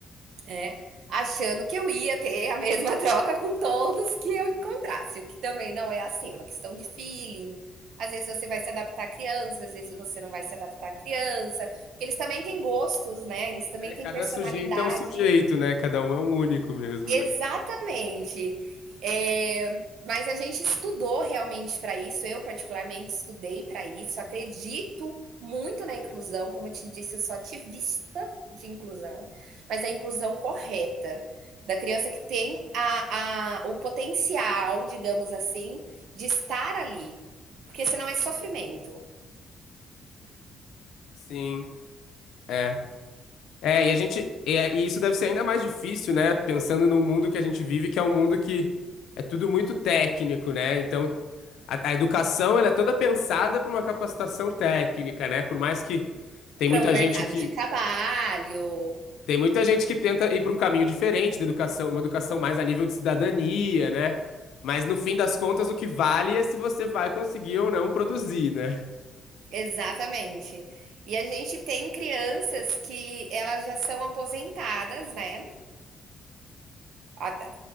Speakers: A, on the right (about 75°); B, on the left (about 75°).
A: É, achando que eu ia ter a mesma <laughs> troca com todos que eu encontrasse, o que também não é assim, é uma questão de feeling. Às vezes você vai se adaptar à criança, às vezes você não vai se adaptar à criança, porque eles também têm gostos, né? Eles também
B: É,
A: têm
B: cada
A: personalidade
B: sujeito é um sujeito, né? Cada um é um único mesmo,
A: Exatamente.
B: né?
A: É, mas a gente estudou realmente para isso, eu particularmente estudei para isso, acredito muito na inclusão, como eu te disse, eu sou ativista de inclusão, mas a inclusão correta, da criança que tem a, a, o potencial, digamos assim, de estar ali, porque senão é sofrimento
B: Sim. é. É, e a gente, é, e isso deve ser ainda mais difícil, né? Pensando no mundo que a gente vive, que é um mundo que é tudo muito técnico, né? Então, a, a educação, ela é toda pensada para uma capacitação técnica, né? Por mais que tem
A: para
B: muita
A: um mercado
B: gente que
A: de trabalho,
B: tem muita gente que tenta ir para um caminho diferente da educação, uma educação mais a nível de cidadania, né? Mas no fim das contas, o que vale é se você vai conseguir ou não produzir, né?
A: Exatamente. E a gente tem crianças que elas já são aposentadas, né? Até-